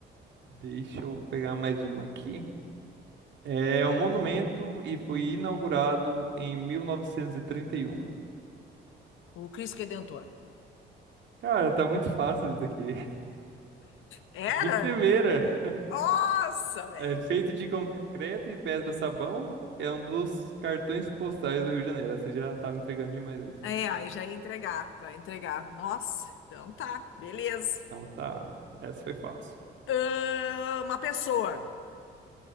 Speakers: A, on the right; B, on the left.
A: Deixa eu pegar mais uma aqui. É um monumento e foi inaugurado em 1931.
B: O Cristo Redentor.
A: Cara, tá muito fácil isso daqui. <laughs>
B: Era?
A: De primeira.
B: Nossa, velho.
A: É feito de concreto e pedra sabão. É um dos cartões postais do Rio de Janeiro. Essa já tava entregando demais isso.
B: É, aí já ia entregar, vai entregar. Nossa, então tá, beleza.
A: Então tá. Essa foi fácil.
B: Ah, uma pessoa